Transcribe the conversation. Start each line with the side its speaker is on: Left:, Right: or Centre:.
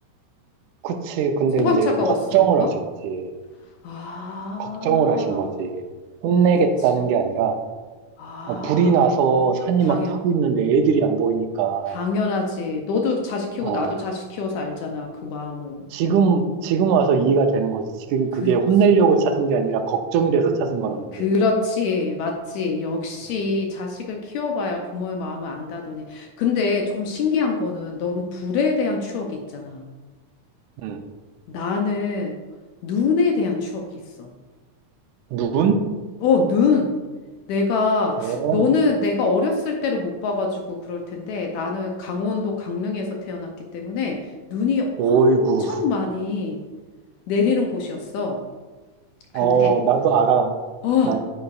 Right: 그치. 근데
Left: 소방차가
Right: 이제 걱정을
Left: 왔으니까?
Right: 하셨지.
Left: 아,
Right: 걱정을 하신 거지. 혼내겠다는
Left: 그치.
Right: 게 아니라,
Left: 아,
Right: 어, 불이 나서 산이
Left: 당연,
Right: 막 타고 있는데 애들이 안 보이니까,
Left: 당연하지. 너도 자식 키우고
Right: 어.
Left: 나도 자식 키워서 알잖아, 그 마음을.
Right: 지금, 지금 와서 이해가 되는 거지. 지금
Left: 그치.
Right: 그게 혼내려고 찾은 게 아니라 걱정이 돼서 찾은 거라는
Left: 그렇지,
Right: 게.
Left: 맞지. 역시
Right: 어,
Left: 자식을 키워봐야 부모의 마음을 안다더니. 근데 조금 신기한 거는 넌 불에 대한 추억이 있잖아.
Right: 음.
Left: 나는 눈에 대한 추억이 있어.
Right: 눈?
Left: 어, 눈. 내가,
Right: 어,
Left: 너는 내가 어렸을 때를 못 봐가지고 그럴 텐데 나는 강원도 강릉에서 태어났기 때문에 눈이 엄청
Right: 오이구.
Left: 많이 내리는 곳이었어.
Right: 어,
Left: 근데,
Right: 나도 알아.
Left: 어,
Right: 나